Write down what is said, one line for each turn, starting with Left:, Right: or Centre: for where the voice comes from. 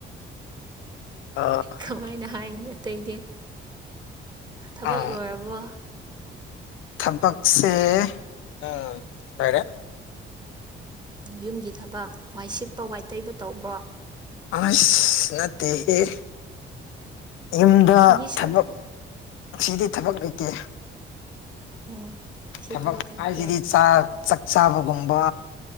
Left: ꯑ
Right: ꯀꯃꯥꯏꯅ ꯍꯥꯏꯅꯤ ꯑꯇꯩꯗꯤ ꯊꯕꯛ
Left: ꯎꯝ
Right: ꯂꯣꯏꯔꯕꯣ
Left: ꯊꯕꯛꯁꯦ ꯎꯝ ꯂꯩꯔꯦ
Right: ꯌꯨꯝꯒꯤ ꯊꯕꯛ ꯋꯥꯏ ꯁꯤꯠꯄ ꯋꯥꯏ ꯇꯩꯕ ꯇꯧꯕ꯭ꯔꯣ
Left: ꯑꯁ ꯅꯠꯇꯦꯍ ꯌꯨꯝꯗ
Right: ꯐꯤꯗꯤ
Left: ꯊꯕꯛ
Right: ꯁꯨꯗꯦ
Left: ꯑꯁꯤꯗꯤ ꯊꯕꯛ ꯂꯩꯇꯦ
Right: ꯑꯣ ꯉꯁꯤ
Left: ꯊꯃꯛ
Right: ꯊꯕꯛ ꯂꯩꯇꯦ
Left: ꯑꯕꯁꯤꯗꯤ ꯆ ꯆ ꯆꯥꯕꯒꯨꯝꯕ